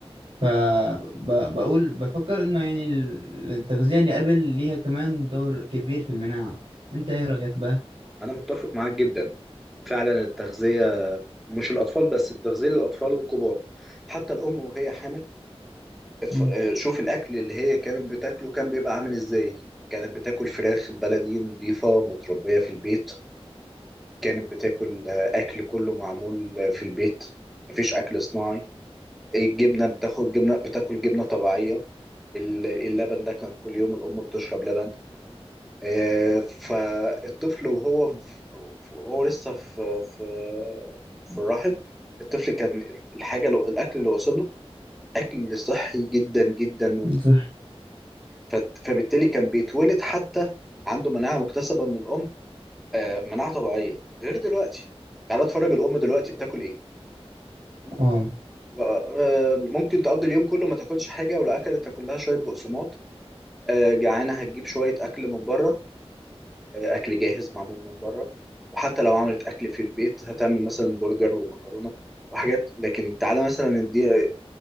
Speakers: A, on the right (about 65°); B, in the centre.
A: فبقول بفكر انه يعني ال- التغذية اللي قبل ليها كمان دور كبير في المناعة انت ايه رأيك بقى
B: أنا متفق معاك جدا فعلا التغذية مش الأطفال بس التغذية للأطفال والكبار حتى الأم وهي حامل اتف-
A: امم
B: آه، شوف الاكل اللي هي كانت بتاكله كان بيبقى عامل ازاي كانت بتاكل فراخ بلدي نظيفه متربيه في البيت كانت بتاكل آه، اكل كله معمول آه، في البيت مفيش اكل صناعي الجبنه بتاخد جبنه بتاكل جبنه طبيعيه ال- اللبن ده كان كل يوم الام بتشرب لبن آه، فالطفل وهو في- وهو لسه في في في الرحم الطفل كان الحاجه الأكل اللي وصل له اكل صحي جدا جدا
A: صح
B: ف- فبالتالي كان بيتولد حتى عنده مناعة مكتسبة من الأم آه، مناعة طبيعية غير دلوقتي تعالى اتفرج الأم دلوقتي بتاكل إيه
A: اه
B: آه، ممكن تقضي اليوم كله ما تاكلش حاجة ولو أكلت تاكل لها شوية بقسماط آه، جعانة هتجيب شوية أكل من بره آه، أكل جاهز معمول من بره وحتى لو عملت أكل في البيت هتعمل مثلا برجر ومكرونة وحاجات لكن تعالى مثلا ندي